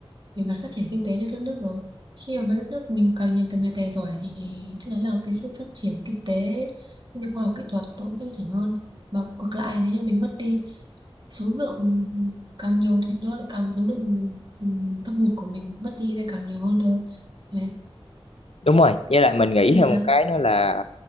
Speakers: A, on the right; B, on the left.
A: về mặt phát triển kinh tế cho đất nước rồi khi mà đất nước mình càng nhiều tài người tài giỏi thì chắc chắn là cái sự phát triển kinh tế cũng như khoa học kỹ thuật nó cũng sẽ phát triển hơn và ngược lại nếu như mình mất đi số lượng càng nhiều thì nó lại càng số lượng um, thâm hụt của mình mất đi lại càng nhiều hơn thôi đấy
B: Đúng rồi, với lại mình nghĩ
A: nên
B: theo
A: là
B: một cái nữa là